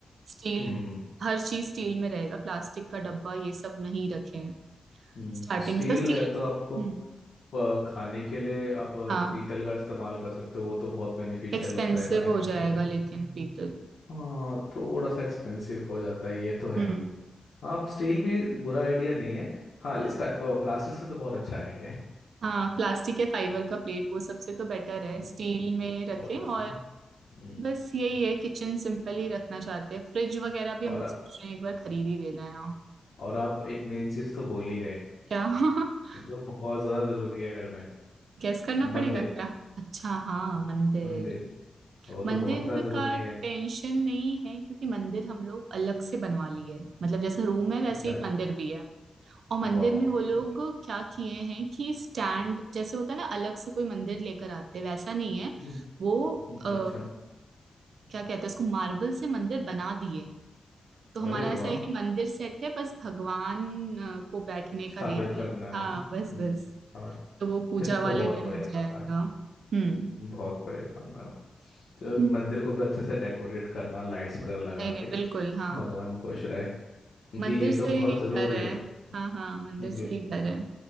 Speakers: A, on the right; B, on the left.
A: स्टील
B: हम्म
A: हर चीज स्टील में रहेगा प्लास्टिक का डब्बा ये सब नहीं रखे
B: हम्म
A: स्टार्टिंग
B: स्टील
A: से स्टील
B: या तो आपको
A: हम्म
B: अ, खाने के लिए आप अ,
A: हाँ
B: पीतल का इस्तेमाल कर सकते हो वो तो बहुत बेनिफिशियल
A: एक्सपेंसिव
B: होता है वन
A: हो
B: हेल्थ
A: जाएगा
B: के लिए
A: लेकिन पीतल
B: हाँ थोड़ा सा एक्सपेंसिव हो जाता है ये तो है
A: हम्म
B: हाँ स्टील भी बुरा आइडिया नहीं है हाँ प्लास्टिक से तो बहुत अच्छा आइडिया है
A: हाँ प्लास्टिक या फाइबर का प्लेट वो सबसे तो बेटर है
B: हम्म,
A: स्टील में रखें
B: बहुत अच्छा
A: और
B: है हम्म,
A: बस यही है किचन सिंपल ही रखना चाहते हैं फ्रिज वगैरह भी
B: और
A: हम लोग सोच रहे हैं एक बार खरीद ही लेना है
B: और आप एक मेन चीज़ तो बोल ही गए
A: क्या <laughs>
B: जो बहुत ज़्यादा ज़रूरी है घर में
A: गैस करना पड़ेगा
B: मंदिर
A: क्या अच्छा हाँ मंदिर
B: मंदिर वो तो
A: मंदिर
B: बहुत ज़्यादा ज़रूरी
A: का
B: है
A: टेंशन नहीं है क्योंकि मंदिर हम लोग अलग से बनवा लिए मतलब जैसा रूम है वैसे
B: अच्छा
A: एक मंदिर भी है और मंदिर
B: वाह
A: में वो
B: <laughs>
A: लोग क्या किए हैं कि स्टैंड जैसे होता है ना अलग से कोई मंदिर लेकर आते वैसा नहीं है
B: हम्म,
A: वो
B: अच्छा
A: आ,
B: अच्छा।
A: क्या कहते हैं उसको मार्बल से मंदिर बना दिए तो हमारा
B: अरे
A: ऐसा
B: वाह
A: है कि मंदिर सेट है बस भगवान अ, को बैठने
B: स्थापित
A: का दे रही
B: करना
A: है
B: है
A: हाँ
B: हम्म,
A: बस बस
B: समझ
A: तो वो पूजा
B: फिर
A: वाले
B: तो बहुत
A: दिन
B: बढ़िया
A: हो
B: काम
A: जाएगा
B: करा
A: हम्म
B: बहुत बढ़िया काम करा तो
A: हम्म,
B: मंदिर को भी अच्छे से डेकोरेट करना लाइट्स वगैरह लगा
A: नहीं नहीं
B: के
A: बिल्कुल हाँ
B: भगवान में खुश रहे क्योंकि
A: मंदिर
B: ये
A: से
B: तो बहुत
A: ही
B: जरूरी
A: घर है
B: है
A: हाँ हाँ मंदिर
B: बिल्कुल
A: से ही घर है